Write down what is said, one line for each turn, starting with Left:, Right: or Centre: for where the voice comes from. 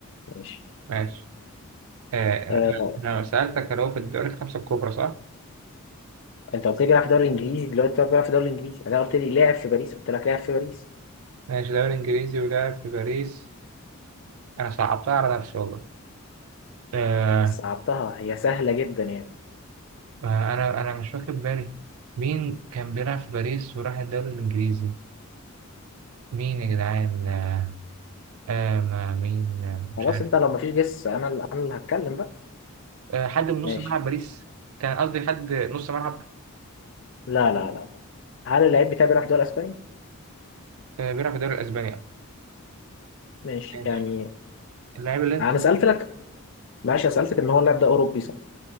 Left: ماشي
Right: ماشي آه
Left: آه،
Right: آه، أنا سألتك هل هو في الدوري الخمسة الكبرى صح؟
Left: انت قلت لي بيلعب في الدوري الانجليزي دلوقتي طب بيلعب في الدوري الانجليزي انا قلت لي لاعب في باريس قلت لك لاعب في باريس
Right: ماشي دوري إنجليزي ولاعب في باريس أنا صعبتها على نفسي والله آه
Left: بس صعبتها هي سهله جدا يعني
Right: آه، أنا أنا مش واخد بالي مين كان بيلعب في باريس وراح الدوري الإنجليزي؟ مين يا جدعان؟ آه، آه ما مين آه، مش
Left: خلاص
Right: عارف
Left: انت لو مفيش جس انا اللي انا اللي هتكلم بقى
Right: آه حد من نص
Left: ماشي
Right: ملعب باريس كان قصدي حد نص ملعب
Left: لا لا لا لا. هل اللعيب بتاعي بيلعب في الدوري الاسباني
Right: آه بيلعب في الدوري الاسباني آه.
Left: ماشي
Right: ماشي
Left: يعني
Right: اللاعب اللي انت
Left: انا سالت لك ماشي أنا سالتك ان هو اللاعب ده اوروبي صح